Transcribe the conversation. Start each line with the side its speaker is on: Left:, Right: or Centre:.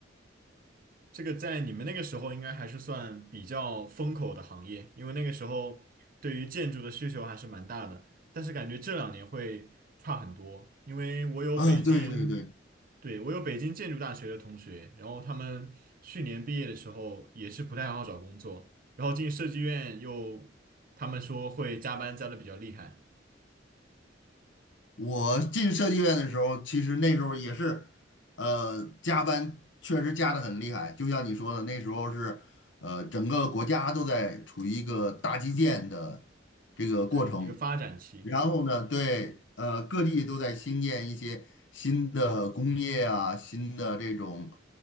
Right: 这个在你们那个时候应该还是算比较风口的行业，因为那个时候对于建筑的需求还是蛮大的。但是感觉这两年会差很多，因为我有北京，
Left: 啊，对对对，
Right: 对，我有北京建筑大学的同学，然后他们去年毕业的时候也是不太好找工作，然后进设计院又，他们说会加班加的比较厉害，
Left: 我进设计院的时候，其实那时候也是，呃，加班确实加的很厉害。就像你说的，那时候是，呃，整个国家都在处于一个大基建的这个过程。
Right: 对，一个发展期。
Left: 然后呢，对，呃，各地都在兴建一些新的工业啊，新的这种